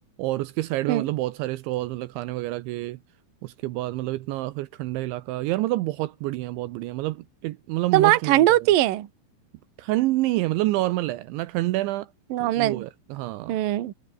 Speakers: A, on the right; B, on the right.
A: और उसके साइड में
B: हम्म
A: मतलब बहुत सारे स्टॉल मतलब खाने वगैरह के उसके बाद मतलब इतना फिर ठंडा इलाका यार मतलब बहुत बढ़िया है बहुत बढ़िया है, मतलब it- मतलब
B: तो वहाँ
A: मस्ट विजिट
B: ठंड होती
A: है वो
B: है
A: ठंड नहीं है मतलब नॉर्मल है ना ठंड है ना
B: नॉर्मल
A: वो है हाँ
B: हम्म